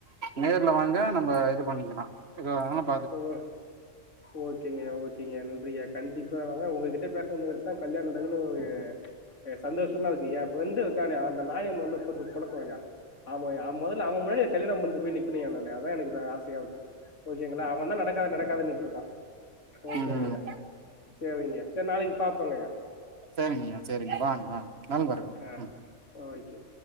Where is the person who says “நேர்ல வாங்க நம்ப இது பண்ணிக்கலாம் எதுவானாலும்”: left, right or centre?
Right